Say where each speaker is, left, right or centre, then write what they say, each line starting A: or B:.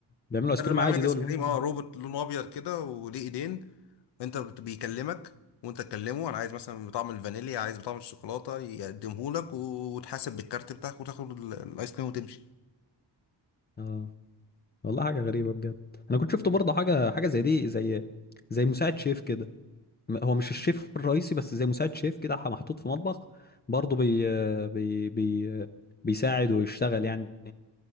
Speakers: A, on the left; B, on the left.
A: بيعملوا ايس
B: بدل
A: كريم
B: ما
A: عادي
B: يعمل لك ايس
A: دول
B: كريم
A: اللي هم
B: اه روبوت لونه ابيض كده وليه ايدين انت بت- بيكلمك وانت تكلمه انا عايز مثلا بطعم الفانيليا عايز بطعم الشوكولاته يقدمه لك و- وتحاسب بالكارت بتاعك وتاخد ال- الايس كريم وتمشي
A: اه والله حاجه غريبه بجد انا كنت شفت برضه حاجه حاجه زي دي زي زي مساعد شيف كده م- هو مش الشيف الرئيسي بس زي مساعد شيف كده ح- محطوط في مطبخ برضه بي بي بي بيساعد ويشتغل يعني